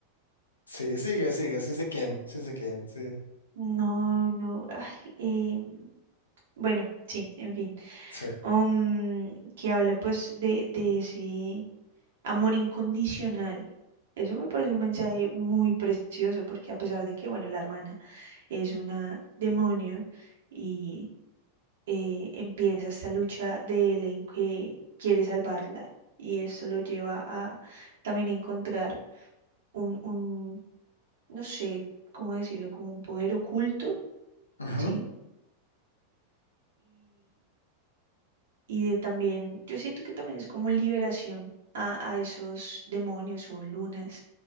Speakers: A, on the left; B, on the right.
A: Sí, sigue, sigue, sí sé quién, sí sé quién, sí.
B: no, no. ay, em, bueno, sí, en fin.
A: Sí.
B: um, que habla pues de, de ese amor incondicional. Eso me parece un mensaje muy precioso porque a pesar de que, bueno, la hermana es una demonio y eh, empieza esta lucha de él en que quiere salvarla y esto lo lleva a también encontrar un, un, no sé cómo decirlo, como un poder oculto,
A: Ujú.
B: ¿sí? y de también, yo siento que también es como liberación a, a esos demonios o lunas